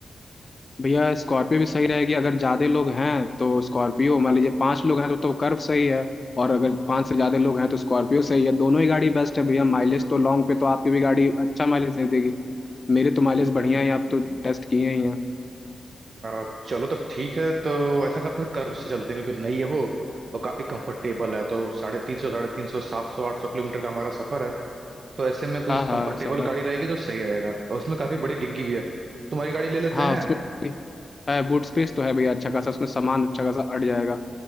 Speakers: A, on the left; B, on the right.
A: भैया स्कॉर्पियो भी सही रहेगी अगर ज्यादा लोग हैं तो स्कॉर्पियो मान लीजिए पांच लोग हैं तो तो कर्व सही है और अगर पांच से ज्यादा लोग हैं तो स्कॉर्पियो सही है दोनों ही गाड़ी बेस्ट है भैया माइलेज तो लॉन्ग पे तो आपकी भी गाड़ी अच्छा माइलेज दे देगी मेरे तो माइलेज
B: हम्म।
A: बढ़िया है आप तो टेस्ट किए ही हैं
B: आ, चलो तब ठीक है तो ऐसा करते हैं कर्व से चलते हैं क्योंकि नई है वो और काफी कंफर्टेबल है तो साढ़े तीन सौ साढ़े तीन सौ सात सौ आठ सौ किलोमीटर का हमारा सफर है तो ऐसे में कोई
A: हाँ हाँ
B: कंफर्टेबल
A: सफर
B: गाड़ी रहेगी तो सही रहेगा और उसमें काफी बड़ी डिग्गी भी है तुम्हारी गाड़ी ले लेते
A: हाँ
B: हैं
A: उसमें है बूट स्पेस तो है भैया अच्छा खासा उसमें सामान अच्छा खासा अट जाएगा